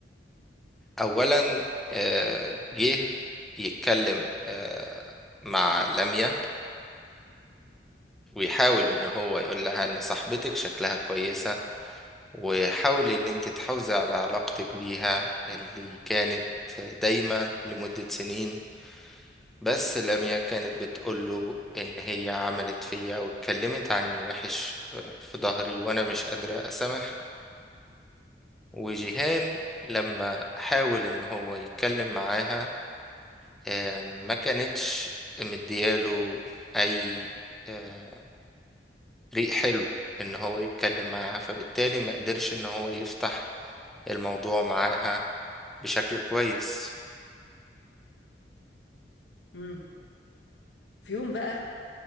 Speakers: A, in the centre; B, on the left.
A: اولا آه، جه يتكلم آه، مع لميا ويحاول ان هو يقول لها ان صاحبتك شكلها كويسة وحاولي ان انت تحافظي على علاقتك بيها اللي كانت دايمة لمدة سنين بس لميا كانت بتقوله إن هي عملت فيا أو اتكلمت عني وحش آه، في ظهري وأنا مش قادرة أسامحها وجيهان لما حاول إن هو يتكلم معاها آه، ما كانتش مدياله أي آه، ريق حلو إن هو يتكلم معاها فبالتالي ما قدرش إن هو يفتح الموضوع معاها بشكل كويس
B: مم. في يوم بقى